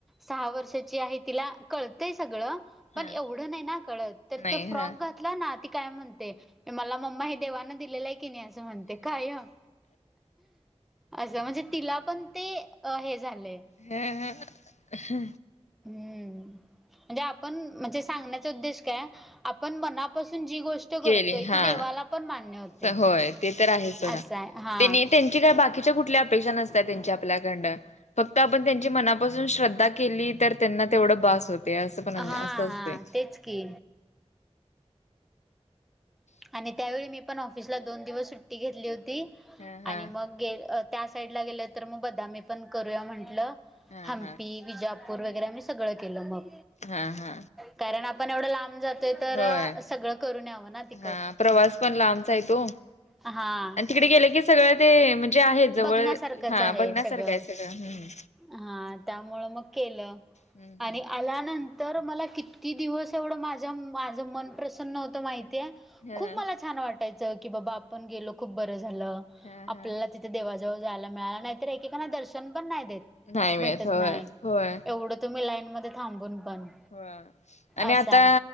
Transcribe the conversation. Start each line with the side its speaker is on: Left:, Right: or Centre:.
Centre: सहा वर्षाची आहे तिला कळतय सगळं. पण
Left: हा
Centre: एवढं नाही ना कळत. तर
Left: नाही
Centre: त्यो फ्रॉक
Left: हा
Centre: घात ला ना ती काय म्हणते. मला मम्मा हे देवान दिलेलं आहे की नाही? असं म्हणते कायम. असं म्हणजे तिला पण ते अ हे झालंय.
Left: ह्या ह्या अह
Centre: हम्म. म्हणजे आपण म्हणजे सांगण्याचा उद्देश काय? आपण मनापासून जी गोष्ट - करतोय
Left: केली हा
Centre: ती देवाला पण मान्य होते.
Left: होय ते तर आहे सोडा.
Centre: असाय हा.
Left: त्यांनी त्यांची काय बात् बाकीच्या कुठल्या अपेक्षा नसत्या त्यांच्या आपल्याकडन. फक्त आपण त्यांची मनापासून श्रद्धा केली तर त्यांना तेवढं बास होतय. असं पण असं
Centre: हा
Left: असतय.
Centre: हा तेच की. आणि त्यावेळी मी पण ऑफिसला दोन दिवस सुट्टी घेतली होती.
Left: हा हा
Centre: आणि मग गे - त्या साईडला गेल तर मग बदामी पण करूया म्हटलं.
Left: हा
Centre: हंपी
Left: हा
Centre: विजाप पूर वगैरे आम्ही सगळं केलं मग.
Left: हा हा.
Centre: कारण आपण एवढं लांब जातोय तर
Left: होय.
Centre: सगळं करून यावं ना ते.
Left: हा प्रवास पण लांबचाय तो.
Centre: हा
Left: आणि तिकडे गेल की सगळ ते म्हणजे आहे जवळ.
Centre: बघण्यासारखंच
Left: हा
Centre: आहे
Left: बघण्यासारखं
Centre: सगळं.
Left: आहे सगळं.
Centre: हा त्यामुळ मग केलं
Left: हम्म
Centre: आणि
Left: हम्म.
Centre: आल्या नं तर मला कित्ती दिवस एवढं माझ -माझ मन प्रसन्न होतं माहितीये?
Left: हा
Centre: खूप मला छान वाटायचं. की बाबा आपण गेलो खूप बरं झालं.
Left: हा
Centre: आपल्याला
Left: हा
Centre: ति ते देवाजवळ जायला मिळालं. नाहीतर एकेकांना दर्शन पण नाही देत.
Left: नाही मिळत
Centre: भेटत
Left: होय
Centre: नाही.
Left: होय.
Centre: एवढं तुम्ही लाईन मध्ये थांबून पण?
Left: बर आणि
Centre: असं
Left: आता
Centre: आहे